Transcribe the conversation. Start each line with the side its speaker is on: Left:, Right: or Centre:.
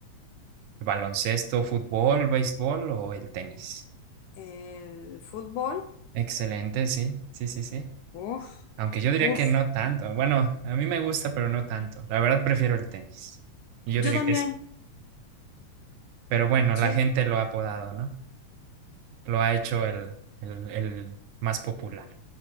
Right: baloncesto, fútbol, béisbol o el tenis?
Left: El fútbol,
Right: Excelente, sí, sí, sí, sí.
Left: uff,
Right: Aunque yo diría
Left: uff.
Right: que no tanto. Bueno, a mí me gusta, pero no tanto. La verdad prefiero el tenis. Y yo
Left: Yo
Right: diría
Left: también,
Right: que sí. Pero bueno,
Left: sí,
Right: la gente lo ha apodado, ¿no? Lo ha hecho el, el, el más popular.